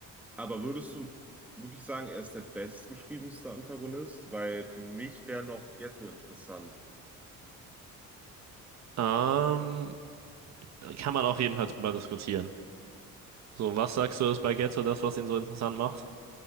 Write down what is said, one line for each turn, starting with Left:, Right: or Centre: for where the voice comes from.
Centre: Aber würdest du wirklich sagen, er ist der bestgeschriebenste Antagonist? Weil für mich wäre noch Ghetto interessant.
Right: Ähm, kann man auf jeden Fall drüber diskutieren. So, was sagst du, ist bei Getzo das, was ihn so interessant macht?